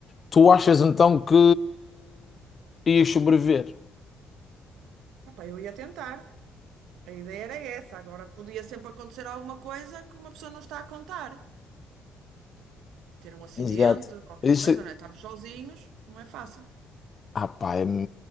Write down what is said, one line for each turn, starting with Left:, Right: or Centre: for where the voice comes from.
Left: Tu achas então que ias sobreviver?
Right: Epá, eu ia tentar. A ideia era essa. Agora podia sempre acontecer alguma coisa que uma pessoa não está a contar. Ter um acidente,
Left: Exato.
Right: qualquer
Left: Isso,
Right: coisa, não é? Estamos sozinhos, não é fácil.
Left: ah, pá, é-